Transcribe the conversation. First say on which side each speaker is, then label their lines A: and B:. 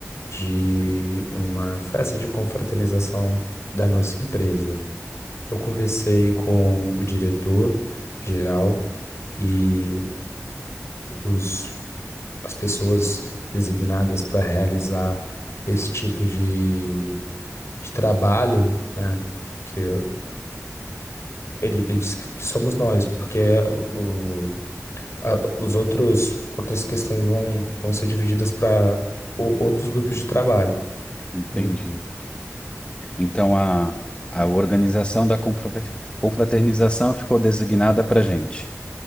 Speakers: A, on the left; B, on the left.
A: de uma festa de confraternização da nossa empresa. Eu conversei com o diretor geral e os, as pessoas designadas para realizar esse tipo de de trabalho, né? Que eu- ele, ele disse que somos nós, porque o, o- a- os outros outras questões vão, vão ser divididas para outros grupos de trabalho.
B: Entendi.
A: E-
B: Então a, a organização da confra- confraternização ficou designada para gente.